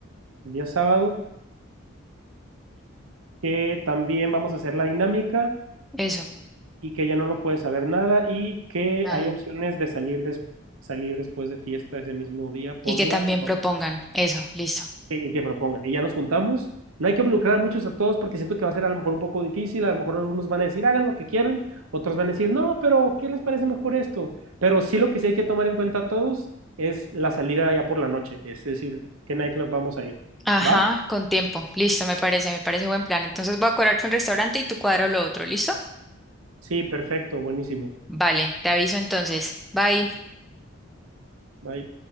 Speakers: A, on the right; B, in the centre.
A: el día sábado, que también vamos a hacer la dinámica.
B: Eso.
A: y que ya no lo puede saber nada y que
B: Ah,
A: hay opciones de salir, des- salir después de fiesta ese mismo día por
B: y que
A: la
B: también
A: noche
B: propongan. Eso, listo.
A: y que propongan. Y ya nos juntamos. No hay que involucrar a muchos a todos porque siento que va a ser a lo mejor un poco difícil. A lo mejor algunos van a decir hagan lo que quieran, otros van a decir no, pero ¿qué les parece mejor esto? Pero sí lo que sí hay que tomar en cuenta a todos es la salida ya por la noche, es decir, ¿qué nightclub vamos a ir?
B: Ajá,
A: ¿Va?
B: con tiempo. Listo, me parece, me parece buen plan. Entonces voy a cuadrar con el restaurante y tú cuadro lo otro, ¿listo?
A: Sí, perfecto, buenísimo.
B: Vale, te aviso entonces. Bye.
A: Bye.